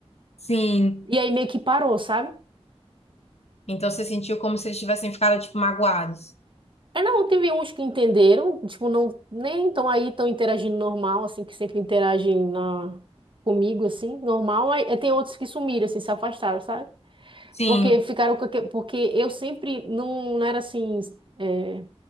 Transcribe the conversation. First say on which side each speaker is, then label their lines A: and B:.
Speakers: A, on the left; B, on the right.
A: Sim.
B: E aí meio que parou, sabe?
A: Então você sentiu como se eles tivessem ficado, tipo, magoados.
B: Aí não, teve uns que entenderam, tipo, não, nem estão aí, tão interagindo normal, assim, que sempre interagem na, comigo, assim, normal. Aí, aí tem outros que sumiram, assim, se afastaram, sabe?
A: Sim.
B: Porque ficaram com aque- porque eu sempre não, não era assim, é,